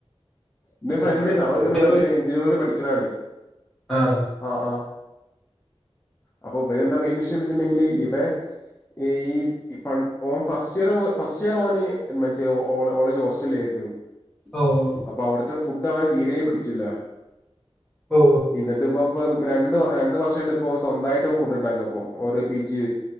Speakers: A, on the left; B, in the centre.
A: ന്റെ
B: പിന്നെ
A: ഫ്രണ്ട്
B: അവിടെ
A: ഇണ്ടവൻ
B: പോയി
A: ഇങ്ങന പഠിക്കാണ് എഞ്ചിനയറിങ് കോളേജിൽ പഠിക്കണാണ്
B: ആഹ്
A: ആഹ് ആഹ് അപ്പൊ ഇവരെ എന്താ മെയിൻ വിഷയംന്ന് വെച്ചിട്ടുണ്ടെങ്കില് ഇവ ഈ ഓൻ ഫസ്റ്റ് ഇയർ ഫസ്റ്റ് ഇയർ ഓന് മറ്റേ ഓ കോളേജ് ഹോസ്റ്റല ആയിരുന്നു
B: ഓ ഓ
A: അപ്പൊ അവിടുത്തെ ഫുഡ് അവനെ തീരെ പിടിച്ചില്ല
B: ഓ
A: എന്നിട്ട് ഇപ്പ ഇപ്പ രണ്ട് രണ്ട് വർഷമായിട്ട് ഇപ്പോൾ സ്വന്തമായിട്ട് ഫുഡ് ഉണ്ടാക്കുക അപ്പോ ഓരോ പി ജി